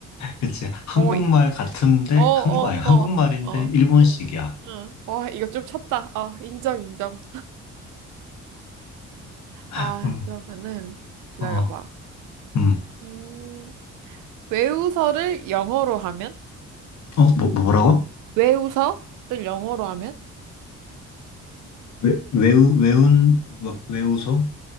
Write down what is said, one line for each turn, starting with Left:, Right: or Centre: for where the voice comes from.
Left: 그치 한국말
Right: 어, 이-
Left: 같은데
Right: 어, 어,
Left: 한국 아니 한국말인데
Right: 어, 어.
Left: 일본식이야.
Right: 응, 응. 와, 이거 좀 쳤다. 아, 인정, 인정. 아,
Left: 음
Right: 그러면은 기다려봐.
Left: 어 음
Right: 음, 외우서를 영어로 하면?
Left: 어 뭐 뭐, 뭐라고?
Right: 외우서를 영어로 하면?
Left: 왜 외우 외운 와- 외우서